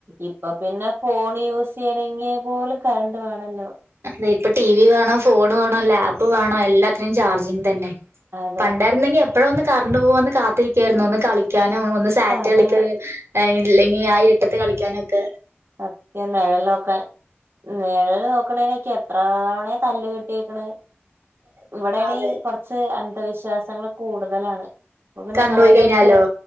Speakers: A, on the right; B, on the right.
A: ഇപ്പൊ പിന്നെ ഫോൺ യൂസ് ചെയ്യണങ്കിൽ പോലും കറണ്ട് വേണല്ലോ?
B: അതിപ്പൊ ടി വി വേണോ ഫോൺ വേണോ ലാപ്പ് വേണോ എല്ലാത്തിനും ചാർജിങ് തന്നെ.
A: അതെ
B: പണ്ടായിരുന്നെങ്കി എപ്പോഴാ ഒന്ന് കറണ്ട് പോവാന്ന് കാത്തിരിക്കായിരുന്നു ഒന്ന് കളിക്യാൻ. ആ, ഒന്ന് സാറ്റ്
A: അതെ
B: കളിക് ഇല്ലെങ്കി ആ ഇര്ട്ടെത്ത് കളിക്കാനൊക്കെ.
A: <unintelligible> നേഴലു നോക്കണേനൊക്കേ എത്ര തവണയാ തല്ല് കിട്ടിക്കണ്. ഇവിടെണെ
B: അതെ
A: കുറച്ച് അന്ധവിശ്വാസങ്ങൾ കൂടുതലാണ്. അപ്പൊ പിന്നെ
B: കറണ്ടുപോയി
A: നിഴൽ
B: കഴിഞ്ഞാലോ
A: നോക്കിയാ